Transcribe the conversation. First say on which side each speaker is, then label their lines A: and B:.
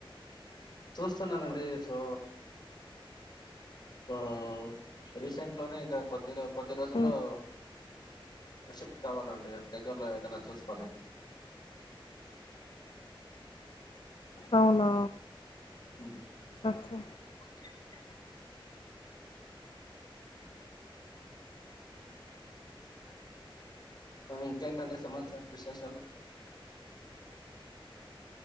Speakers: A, on the left; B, on the left.
A: చూస్తున్నాను అండి సో ఆ రీసెంట్ లోనే ఇంకా కొద్దిర కొద్ది రోజుల్లో
B: మ్
A: షిఫ్ట్ కావాలి అండి దగ్గరలో ఏదైనా చూసుకొని
B: అవునా
A: ఉమ్
B: ఓకే
A: <unintelligible> ఆ ఇంకేంటి అండి సమాచార విశేషాలు